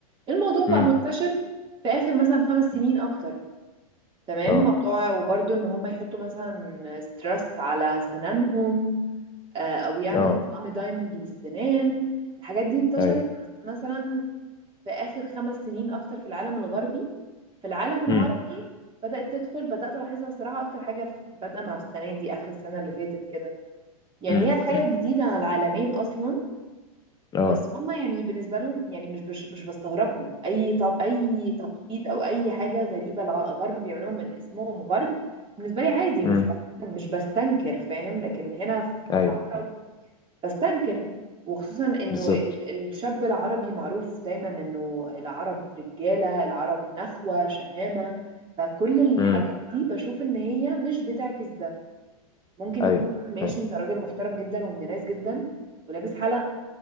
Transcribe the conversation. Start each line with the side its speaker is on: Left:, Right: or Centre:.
Right: الموضوع بقى
Left: امم
Right: منتشر في اخر مثلا خمس سنين
Left: مم.
Right: اكتر تمام
Left: اه
Right: موضوع وبرده ان هم يحطوا مثلا ستريس على سنانهم آه، او يعمل
Left: اه
Right: طقم دايموند للسنان الحاجات دي انتشرت
Left: ايوه
Right: مثلا في اخر خمس سنين اكتر في العالم الغربي في العالم العربي
Left: مم.
Right: بدأت تدخل بدأت ألاحظها صراحة أكتر حاجة في- بادئة مع السنة دي آخر السنة اللي فاتت كده يعني
Left: مم.
Right: هي حاجة
Left: مم.
Right: جديدة على العالمين أصلا
Left: اه
Right: بس هما يعني بالنسبة لهم يعني مش مش, مش بستغربهم أي طب أي تقليد أو أي حاجة غريبة الع- الغرب بيعملوها من اسمهم غرب بالنسبة لي عادي
Left: امم
Right: مش بح- مش بستنكر فاهم لكن هنا في
Left: ايوه
Right: العرب بستنكر وخصوصا انه
Left: بالظبط
Right: ال- الشاب العربي معروف دايما انه العرب رجالة العرب نخوة شهامة فكل الحاجات
Left: امم
Right: دي بشوف ان هي مش بتعكس ده ممكن
Left: ايوه
Right: يكون ماشي
Left: ايوه
Right: انت راجل محترم جدا وابن ناس جدا ولابس حلق